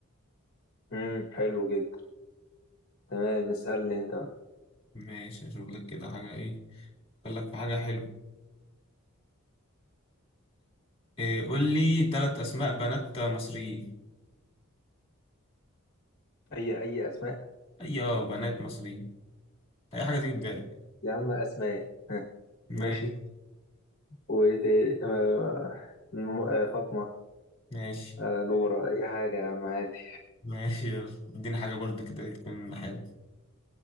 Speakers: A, on the left; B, on the left.
A: امم حلو جدا تمام اسألني أنت بقى.
B: ماشي اشوف لك كده حاجة ايه قال لك في حاجة حلوة إيه قول لي ثلاث أسماء بنات مصريين
A: أي أي أسماء
B: أيوة بنات مصريين أي حاجة تيجي في بالك
A: يا عم أسماء ها،
B: ما-
A: ماشي وإيه تاني أما- الم- آه، فاطمة
B: ماشي
A: آه، نورة أي حاجة يا عم عادي
B: ماشي يلا اديني حاجة برضه كده تكون حلوة